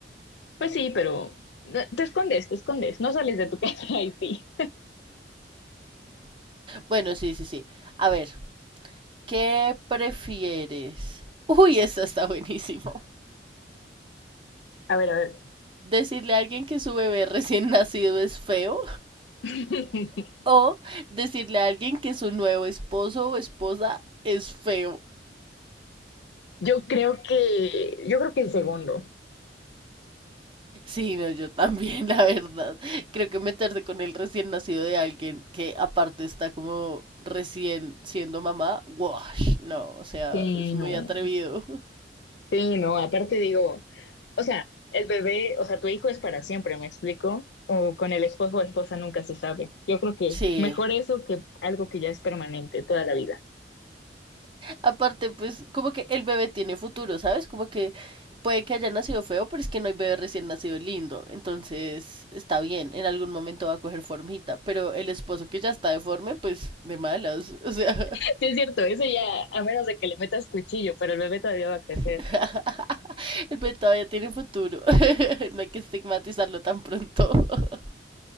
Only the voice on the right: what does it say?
Bueno, sí, sí, sí. A ver, ¿Qué prefieres? Uy, esta está buenísima.
¿Decirle a alguien que su bebé recién <laughs> nacido es feo?
¿O decirle a alguien que su nuevo esposo o esposa es feo?
Sí, no, yo también, <laughs> la verdad. Creo que meterse con el recién nacido de alguien que aparte está como recién siendo mamá, wash, no, o sea,
es muy
atrevido. <laughs>
Sí,
Aparte, pues, como que el bebé tiene futuro, ¿sabes? Como que puede que haya nacido feo, pero es que no hay bebé recién nacido lindo. Entonces, está bien, en algún momento va a coger formita. Pero el esposo que ya está deforme, pues, de malas. O sea,
<laughs> el bebé todavía tiene futuro. <laughs> No hay que estigmatizarlo tan pronto. <laughs>